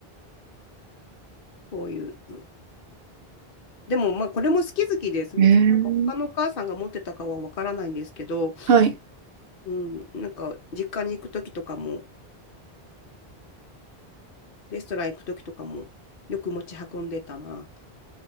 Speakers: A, on the left (about 60°); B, on the right (about 75°).
A: こういうの。でも、まあ、これも好き好きです。
B: えー
A: 別になんか他のお母さんが持ってたかはわからないんですけど、
B: はい
A: うん、なんか、実家に行くときとかも、レストラン行くときとかも、よく持ち運んでたな。